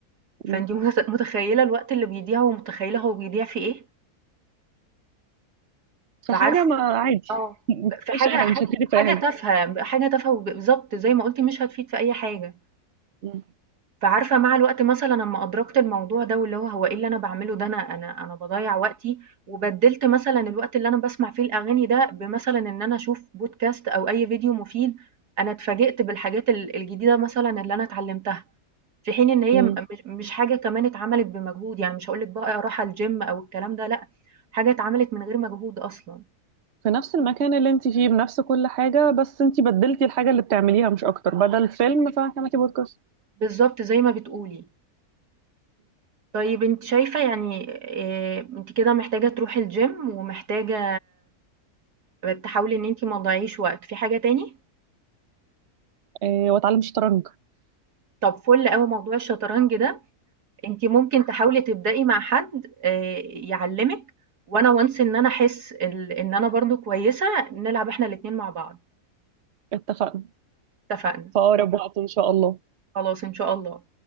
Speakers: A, on the right; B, on the right.
A: فأنتِ
B: م.
A: <laughs> مت متخيّلة الوقت اللي بيضيع ومتخيّلة هو بيضيع في إيه،
B: فحاجة
A: فعارفة
B: ما عادي
A: آه،
B: <laughs> ما
A: ب
B: بتعملش
A: في حاجة
B: اي حاجة
A: حاجة
B: مش هتفيدك
A: حاجة
B: في اي حاجة
A: تافهة، حاجة تافهة وب بالضبط زي ما قُلتِ مش هتفيد في أي حاجة.
B: م.
A: فعارفة مع الوقت مثلًا أمّا أدركت الموضوع ده واللي هو هو إيه اللي أنا باعمله ده، أنا أنا أنا باضيّع وقتي، وبدِّلت مثلًا الوقت اللي أنا باسمع فيه الأغاني ده بمثلًا إن أنا أشوف podcast أو أي فيديو مفيد، أنا اتفاجئت بالحاجات ال الجديدة مثلًا اللي أنا اتعلمتها، في حين إن هي
B: م.
A: م مش مش حاجة كمان اتعملت بمجهود، يعني مش هاقول لِك بقى راحة الgym أو الكلام ده لأ، حاجة اتعملت من غير مجهود أصلًا.
B: في نفس المكان اللي انت فيه بنفس كل حاجة بس انت بدلتي الحاجة اللي بتعمليها مش اكتر بدل فيلم فهتعملي بودكاست
A: بالضبط زي ما بتقولي. طيب أنتِ شايفة يعني آآ أنتِ كده محتاجة تروحي الgym ومحتاجة تحاولي إن أنتِ ما تضيّعيش وقت، في حاجة تاني؟
B: اه واتعلم شطرنج
A: طب فُل أوي موضوع الشطرنج ده، أنتِ ممكن تحاولي تبدئي مع حد آآ يعلّمِك، وأنا once إن أنا أحس ال إن أنا برضه كويسة، نلعب إحنا الاتنين مع بعض،
B: اتفقنا
A: اتفقنا،
B: في اقرب وقت ان شاء الله
A: خلاص إن شاء الله.